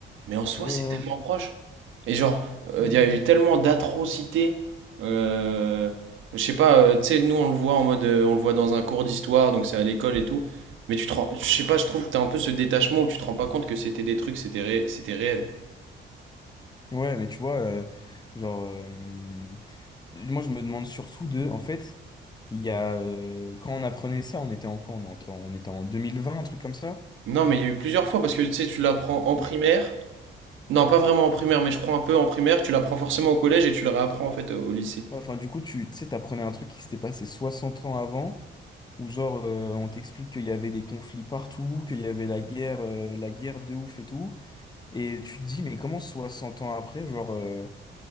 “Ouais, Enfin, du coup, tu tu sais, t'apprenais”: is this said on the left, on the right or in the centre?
Left